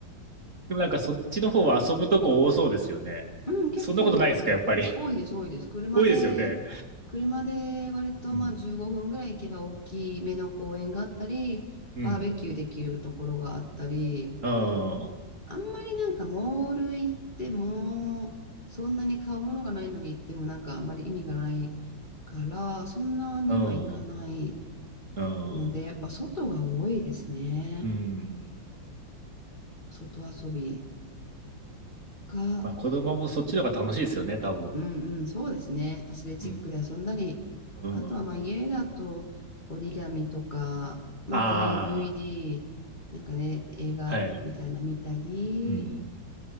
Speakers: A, on the right; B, on the left.
A: でもなんかそっちの方は遊ぶとこ多そうですよね。
B: うん、結構多いです、
A: そんなことないですか、やっぱり。<laughs>
B: 多いです。車で、
A: 多いですよね。
B: 車で割とまあ15分ぐらい行けば大きめの公園があったり、
A: うん、うん、
B: バーベキューできるところがあったり、
A: うん、
B: あんまりなんかモール行っても、そんなに買うものがないのに行ってもなんかあんまり意味がないから、そんなにはいかない
A: うん、うん、
B: ので、やっぱ外が多いですね。
A: うん。
B: 外遊びが
A: まあ子供もそっちの方が楽しいですよね、多分。
B: うんうん、そうですね。アスレチックで遊んだり、
A: うん。うん。
B: あとはまあ家だと折り紙とか、まあ、
A: あ
B: DVD、なんかね、映画みたいな見たり、
A: あ、はい。うん。